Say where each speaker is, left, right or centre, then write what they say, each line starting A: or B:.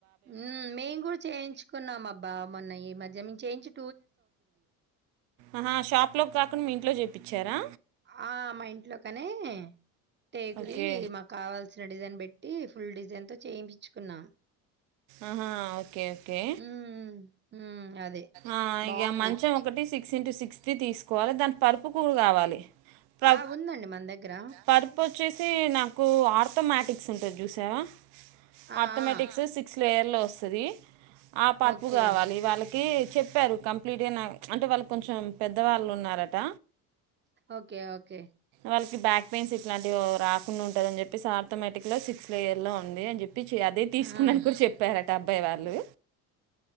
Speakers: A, on the right; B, on the right.
A: ఉమ్ మేం కూడా చేయించుకున్నాం అబ్బా మొన్న ఈ మధ్య మేము చేయించు.
B: ఆహా షాప్ లో కాకుండా మీ ఇంట్లో. చూపించారా.
A: ఆ మా ఇంట్లో కాని. టేకుది
B: ఓకే
A: మాకు కావాల్సిన డిజైన్ పెట్టి. ఫుల్ డిజైన్ తో చేయిపించుకున్నాం.
B: ఆహా ఓకే ఓకే.
A: హ్మ్. హ్మ్. హ్మ్. అదే.
B: ఆ
A: బావుంది.
B: ఇక మంచం ఒకటి సిక్స్ ఇంటూ సిక్స తి తీస్. వాళ్ళ తర్ప్ పరుపు కూల్ కావాలి. గ
A: ఆ! ఉందండి మన దగ్గర.
B: పరుపు వొచ్చేసి నాకు ఆర్థమటిక్స్ ఉంటుంది. చూసావా.
A: ఆ!
B: Arithmetics
A: ఆ!
B: six. పేర్లో వొస్తుంది. ఆ పర్పు
A: ఓకే.
B: కావాలి ఈగ వాళ్ళకి. ఇది చెప్పారు కంప్లీట్గా అంటే వాళ్ళు కొంచెం పెద్దవాళ్ళు ఉన్నారట.
A: Okay okay.
B: వాళ్ళకి బ్యాక్ పెయిన్స్ ఇట్లాంటివి రాకుండా ఉంటంద అని చెప్పేసి, ఆర్థోమేటిక్లా సిక్స్ లేయర్ లో ఉంది అని చెప్ చే అదే తీసుకున్నాని
A: ఆ!
B: కూడా చెప్పారట అబ్బాయి వాళ్ళు